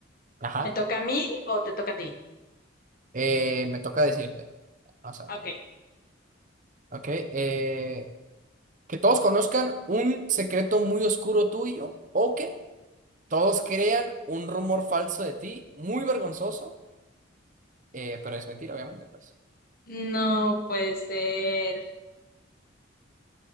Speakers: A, on the right; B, on the left.
A: Ajá.
B: ¿me toca a mí o te toca a ti?
A: Eh, me toca decirte. Vamos a ver.
B: Ok.
A: Ok. eh, que todos conozcan un secreto muy oscuro tuyo o que todos crean un rumor falso de ti, muy vergonzoso, eh, pero es mentira, obviamente, pues.
B: No puede ser